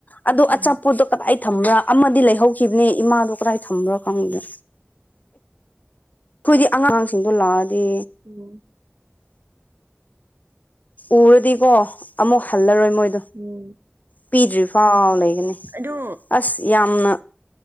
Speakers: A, on the left; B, on the right.
A: ꯑꯗꯣ
B: ꯎꯝ
A: ꯑꯆꯥꯄꯣꯠꯇꯣ ꯀꯗꯥꯏ ꯊꯝꯕ꯭ꯔꯥ ꯑꯃꯗꯤ ꯂꯩꯍꯧꯈꯤꯝꯅꯤ ꯏꯃꯥꯗꯣ ꯀꯗꯥꯏ ꯊꯝꯕ꯭ꯔꯥ ꯈꯪꯗꯦ ꯈꯣꯏꯗꯤ ꯑꯉꯥꯡꯁꯤꯡꯗꯣ ꯂꯥꯛꯑꯗꯤ
B: ꯎꯝ
A: ꯎꯔꯗꯤꯀꯣ ꯑꯃꯨꯛ ꯍꯜꯂꯔꯣꯏ ꯃꯣꯏꯗꯣ
B: ꯎꯝ
A: ꯄꯤꯗ꯭ꯔꯤꯐꯥꯎ ꯂꯩꯒꯅꯤ
B: ꯑꯗꯨ
A: ꯑꯁ ꯌꯥꯝꯅ